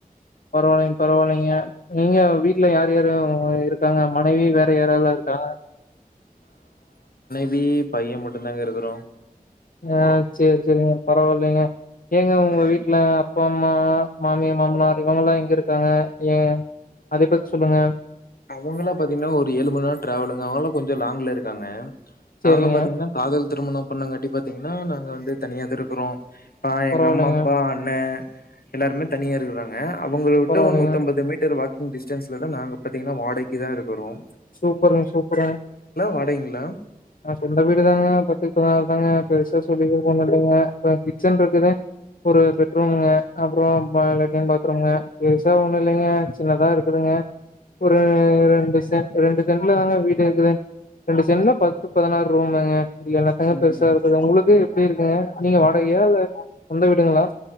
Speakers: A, on the left (about 65°); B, on the left (about 80°).
A: பரவாயில்லைங்க பரவாயில்லைங்க. நீங்க வீட்ல யார் யாருயாரும் இருக் ருக்காங்க மனைவி வேற யாரல்லா இருக்காங்க
B: வி பைய மட்டு தாங்க இருக்குறோ
A: அ சேரி செரிங்க பரவாயில்லைங்க ஏங்க உங்க வீட்ல அப்பா அம்மா மாமிய மாமனார் இவங்க எல்லா எங்க இருக்காங்க ஏ அத பத்தி சொல்லுங்க
B: அவங்கல பாத்தீங்கன்னா ஒரு ஏழு மணி நேர ட்ராவலுங்க அவங்கல கொஞ்ச லாங்ல இருக்காங்க
A: சரிங்க.
B: நாங்க பாத்தீங்கன்னா காதல் திருமணம் பண்ணாங்கட்டி பாத்தீங்கன்னா நாங்க வந்து தனியா தா இருக்குறோ அ எங்க
A: பரவாயில்லைங்க
B: அம்மப்பா அண்ண எல்லாருமே தனியா இருக்குறாங்க அவங்கள விட்டு
A: பரவாயில்லைங்க.
B: ஒரு நூத்தம்பது மீட்டர் வாக்கி டிஸ்டன்ஸ்ல தான் நாங்க பாத்தீங்கன்னா வாடகைக்கு தான் இருக்கிறோம்
A: சூப்பருங்க சூப்பரு
B: வாடகைங்களா?
A: சொந்த வீடு தாங்க பட் இப்போ தாங்க பெருசா சொல்லிக ஒன்னும் இல்லைங்க அப்புறம் கிச்சன் இருக்குது ஒரு பெட்ரூம் அப்புறம் லேட்டின் பாத்ரூம் பெருசா ஒன்னும் இல்லைங்க சின்னதாக இருக்குதுங்க ஒரு ரெண்டு சென்டு ரெண்டு செண்டுல தான்ங்க வீடு இருக்குது ரெண்டு சென்ட்ல பத்து பதினாறு ரூமுங்க என்னாத்தங்க
B: ம்.
A: பெருசா இருக்குது உங்களுக்கு எப்படி இருக்குங்க நீங்க வாடகையா இல்ல சொந்த வீடுங்களா